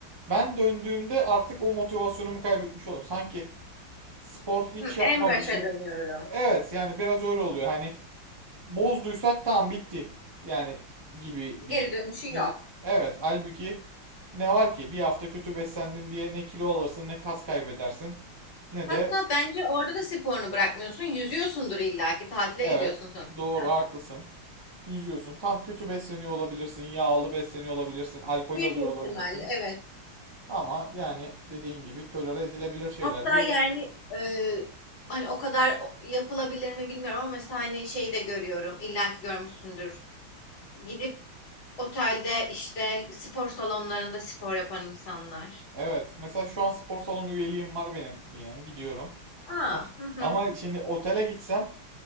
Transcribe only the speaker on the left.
Hı,
en başa dönüyorum.
Geri dönüşü
yok.
Hatta
bence orada da sporunu bırakmıyorsun. Yüzüyorsundur illaki. Tatile
gidiyorsun sonuçta.
Büyük
ihtimalle
evet.
Hatta
yani e, hani o kadar o- yapılabilir mi bilmiyorum ama mesela hani şeyi de görüyorum. İlla ki görmüşsündür. Gidip otelde işte spor salonlarında spor yapan insanlar.
Aa,
hı hı.